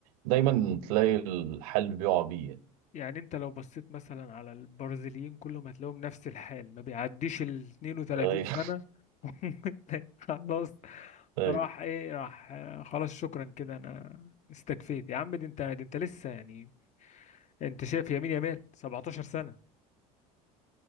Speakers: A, on the right (about 80°); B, on the left (about 40°).
A: دايما تلاقي الحل بيقع بيه يعني
B: يعني انت لو بصيت مثلا على البرازيليين كلهم هتلاقيهم نفس الحال ما بيعديش ال 32
A: ايوه
B: سنة <laughs> خلاص
A: <laughs> ايوه
B: راح ايه راح آه، خلاص شكرا كده انا استكفيت يا عم دي انت دي انت لسه يعني انت شايف يمين يمال 17 سنة